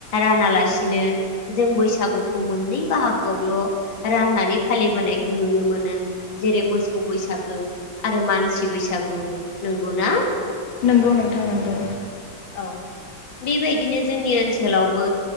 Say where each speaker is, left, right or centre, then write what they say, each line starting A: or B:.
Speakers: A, on the left; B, on the left.
A: रानालासिनो जों बैसागुखौ मोननै बाहागोआवल' राननानै फालिबोनायखौ नुनो मोनो जेरै मोसौ बैसागो आरो मानसि बैसागु नंगौना।
B: नंगौ नोंथां नोंगौ।
A: औ बेबायदिनो जोंनि ओनसोलावबो